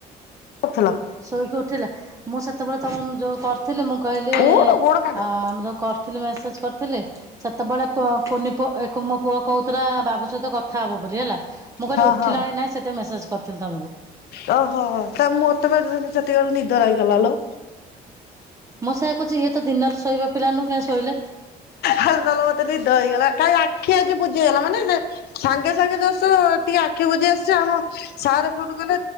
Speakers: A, on the left; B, on the right.
A: କରୁଥିଲ?
B: ଶୋଇକି ଉଠିଲା। ମୁଁ ସେତେବେଳେ ତମ ଯୋଉ କରିଥିଲି ମୁଁ କହିଲି
A: ଉଠୁ ଗୋଡ କାଟ।
B: ଆ ଆମର କ ଥିଲେ ମେସେଜ୍ କରିଥିଲେ? ସେତେବେଳେ କୂଅ କୁନି ପୁଅ ଏ ମୋ ପୁଅ କହୁଥିଲା ବାବୁ ସହିତ କଥା ହବ ବୋଲି ହେଲା। ମୁଁ କହିଲି
A: ହଁ
B: ଉଠିଲାଣି
A: ହଁ
B: ନାଇଁ ସେତେବେଳେ ମେସେଜ୍ କରିଥିଲି ତମକୁ।
A: ଓହୋ ତା ମୁଁ ମତେବେଳେ ସେଠି କି ବେଳେ ନିଦ ଲାଗି ଗଲା ଲୋ।
B: ମୁଁ ସେଇଆ କୁହୁଚି ଇଏ ତ ଦିନରେ ଶୋଇବା ପିଲା ନୁହ କେ ଶୋଇଲା।
A: ଭାଲାଲ ମତେ ନିଦ ହେଇଗଲା। କାଁ ଆଖି ଆଜି ବୁଝେଇଗଲା ମାନେ ସେ ସାଙ୍ଗେ ସାଙ୍ଗେ ଯସ ଟିକେ ଆଖି ବୁଜି ଆସିଚି ଆମ ସର୍ ଫୋନ୍ କଲେ